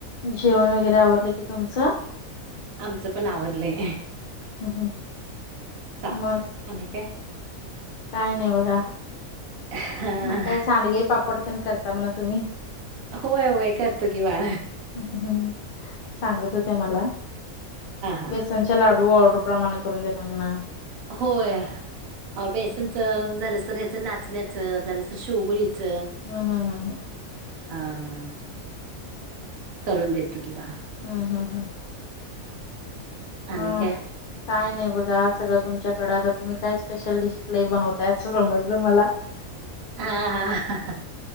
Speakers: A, on the left (about 70°); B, on the right (about 70°).
A: जेवण वगैरे आवरलं की तुमचं?
B: आमचं पण आवरलंय
A: हं हं.
B: चा
A: मग
B: आणि काय?
A: काय नाही बघा
B: हा
A: मग काय सांडगे पापडपण करता म्हणा तुम्ही
B: होय होय करते की वा
A: हं हं. सांगत होत्या मला
B: हा
A: बेसन लाडू ऑर्डर प्रमाणे करून देतात ना
B: होय. औ बेसनच झालंस तर ह्याच नाचण्याचं झालंस तर शेवगुळीच.
A: हमम हम हम
B: हा करून देतो की बा
A: हम हम हम
B: आणि
A: हा
B: काय
A: काय नाही बघा सगळं तुमच्याकडं आता तुम्ही काय स्पेशल डिशेसलय बनवताय असं समजलं मला <inaudible>
B: हा हा